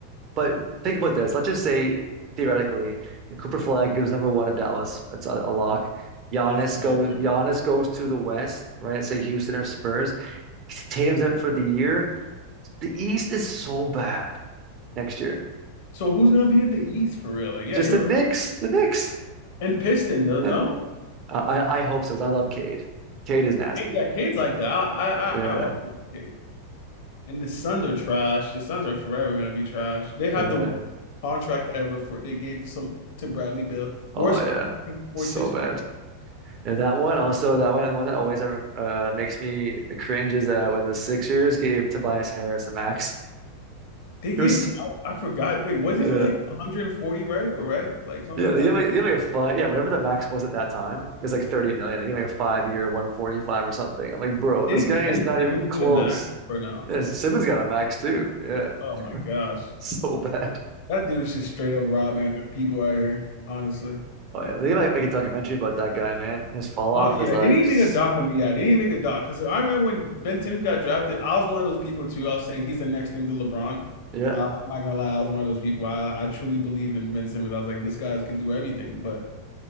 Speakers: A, on the right (about 35°); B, on the left (about 50°).
A: But think about this. Let's just say theoretically, you know, Cooper Flag goes number one in Dallas. That's a, a lock. Giannis
B: That's a lot.
A: goes.
B: yeah.
A: Giannis goes to the West, right? Say Houston or Spurs. Tatum's out for the year. The East is so bad next year.
B: So who's gonna be at the East for real? Like, yeah,
A: Just
B: you're
A: the Knicks. The Knicks.
B: And Piston, no, no?
A: Uh, I I hope so. 'cause I love Cade. Cade is nasty.
B: Hey, Yeah, Cade's like that. I, I,
A: Yeah.
B: I I also like Cade. And the Suns are trash. The Suns are forever gonna be trash. They have
A: Yeah.
B: the worst contract ever for they gave some to Bradley Beal,
A: Oh
B: Worst
A: yeah.
B: contract in sports
A: So
B: history.
A: bad. And that one also that one one that always uh, makes me cringe is uh, when the Sixers gave Tobias Harris a max.
B: They gave
A: It was
B: to I forgot. Wait, wasn't
A: yeah.
B: it like 140, right? Or right? Like something
A: Yeah,
B: like
A: they
B: that.
A: give like they give like a five yeah, whatever the max was at that time, it was like 30 million. They give like a five year 145 or something. I'm like, bro,
B: Didn't
A: this guy is
B: Ben
A: not
B: Simmons
A: even close.
B: get a max or no?
A: Yeah, Simmons got a max too. Yeah.
B: Oh
A: <laughs>
B: my gosh.
A: So bad.
B: That dude is just straight up robbing our people out here, honestly.
A: Oh yeah. They like make a documentary about that guy, man. His fall
B: Oh
A: off
B: yeah,
A: is like
B: they need to
A: s-
B: make a doc on me. Yeah, they need to make a doc because I remember when Ben Simmons got drafted, I was one of those people too. I was saying he's the next thing to LeBron.
A: yeah.
B: I, I'm not gonna lie, I was one of those people. I I truly believe in Ben Simmons. I was like, this guy's could do everything. But